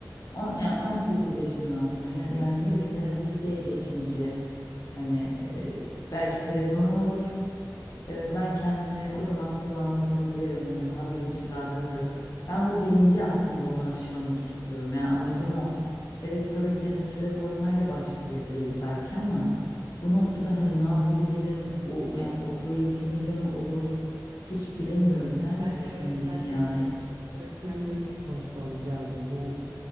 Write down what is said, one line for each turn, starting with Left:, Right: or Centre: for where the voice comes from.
Left: On, yani 18 yaşından sonra ya- yani ne bileyim ya da liseye geçince hani e, belki telefonum olur. E, ben kendim hani o zaman kullanmasını bilirim hani daha bilinçli davranırım. Ben bu bilinci aslında ona aşılamak istiyorum. Yani amacım o. Evet tabii ki hani süre koymayla başlayabiliriz belki ama bu noktada hani ne yapabilirim? Bu yani okul eğitimiyle mi olur? Hiç bilemiyorum. Sen
Right: Bence
Left: ne düşünüyorsun
Right: öğretmenleriyle
Left: yani?
Right: öğretmenleriyle konuşmamız lazım. Bu